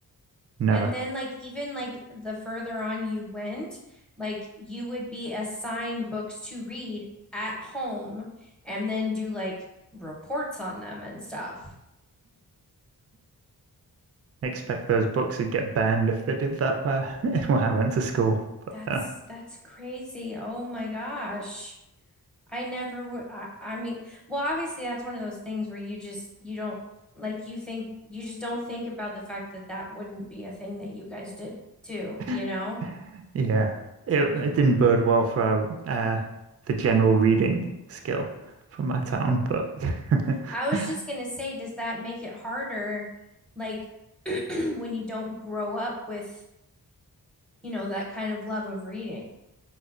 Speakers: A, on the right; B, in the centre.
A: Never.
B: And then like even like the further on you went, like you would be assigned books to read at home and then do like reports on them and stuff.
A: expect those books would get banned if they did that where <laughs> where I went to school.
B: That's
A: But
B: that's crazy. Oh my gosh. I never would. I, I mean, well, obviously that's one of those things where you just you don't like you think you just don't think about the fact that that wouldn't be a thing that you guys did too,
A: uh,
B: you
A: <laughs>
B: know?
A: yeah, it it didn't bode well for our, uh, the general reading skill from my town, but
B: I was
A: <laughs>
B: just gonna say, does that make it harder, like <clears throat> when you don't grow up with, you know, that kind of love of reading?